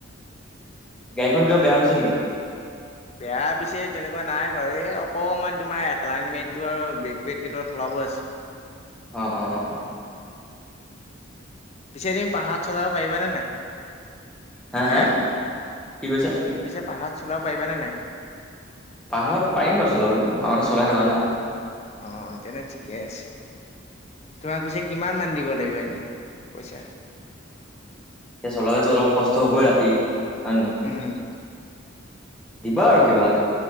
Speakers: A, in the centre; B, on the left.
A: গাড়ীখন কিবা বেয়া হৈছে নেকি?
B: বেয়া পিছে তেনেকুৱা নাই বাৰু, এই অকমান তোমাৰ এলাইনমেণ্টটো আৰু ব্ৰেক পেট কেইপাত সলাব আছে।
A: অ', অ', অ'।
B: পিছে তুমি, পাহাৰত চলাব পাৰিবা নে নাই?
A: হা
B: হে,
A: হা
B: তুমি
A: কি কৈছা
B: পিছে পাহাৰত চলাব পাৰিবা নে নাই?
A: পাহাৰত পাৰিম বাৰু চলাবলে, আগতে চলাই থকা না।
B: অ', তেনে ঠিকে আছে। তোমাক পিছে, কিমান মান দিব লাগিব এনে, পাইছা।
A: তে চলালেটো অলপ কষ্ট হ'বয় ৰাতি, হয় নে নহয়।
B: উম।
A: দিবা আৰু কিবা এটা।